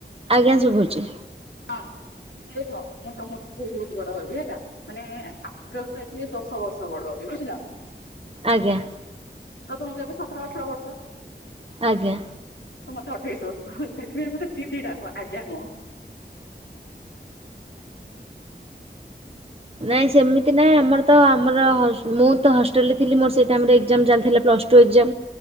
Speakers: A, on the right (about 30°); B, on the left (about 80°).
A: ଆଜ୍ଞା ଶୁଭୁଛି।
B: ହଁ <inaudible> ଦେଖ ମୁଁ ତମ ସ ବହୁତ ବଡ ହବି, ହେଲା ମାନେ ଆଠ ବଷିଲେ ଦଶ ବର୍ଷ ବଡ ହବ ବୁଝିଲ।
A: ଆଜ୍ଞା।
B: ତ ତୁମ କେ ଏବେ ସତର ଅଠର ବର୍ଷ।
A: ଆଜ୍ଞା।
B: ତ ମତେ ଅଠେଇଶି ବର୍ଷ ସେଥିପାଇଁ ମତେ ଦିଦିଟାକୁ ଆଜ୍ଞା ମୁୁହ।
A: ନାଇଁ ସେମିତି ନାଇଁ ଆମର ତ ଆମର ମୁଁ ତ ହଷ୍ଟେଲରେ ଥିଲି ମୋର ସେ ଟାଇମ ରେ ଏକ୍ସମ୍ ଚାଲିଥିଲା ପ୍ଲସ ଟୁ ଏକ୍ସାମ।